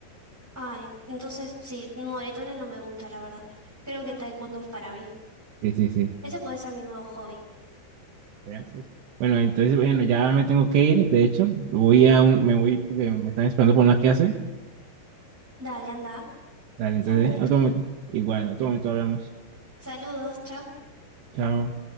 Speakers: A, in the centre; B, on the right.
A: ay, entonces sí, moretones no me gusta, la verdad. Creo que taekwondo es para mí.
B: Sí, sí, sí.
A: Ese puede ser mi nuevo hobby.
B: Vea, pues. Bueno, entonces, bueno, ya me tengo que ir, de hecho, voy a un- me voy porque me están esperando por una clase.
A: Dale, anda.
B: Dale,
A: Fue
B: entonces,
A: un gusto.
B: en otro momento, igual, en otro momento hablamos.
A: Saludos, chao.
B: Chao.